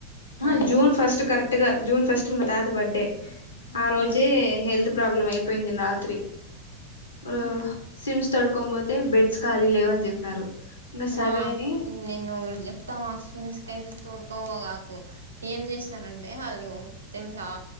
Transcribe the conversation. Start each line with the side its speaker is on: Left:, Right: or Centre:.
Left: హ
Right: um
Left: June first correct గా జూన్ ఫస్ట్ మా తాత బర్త్ డే ఆ రోజే
Right: ఉమ్
Left: హెల్త్ ప్రాబ్లమ్ అయి. పోయింది న్ రాత్రి ఆ.
Right: ఉమ్
Left: సిమ్స్ తోడుకోన్ పోతే బెడ్స్ ఖాళీ లేవని చెప్పినారు. ఇంకా సరే
Right: మా
Left: అని
Right: నేనోట్ చెప్తామా సిమ్స్ కైతే తోడుకపోమాక్. ఏం చేసిననంటే అళ్ళు తెలుసా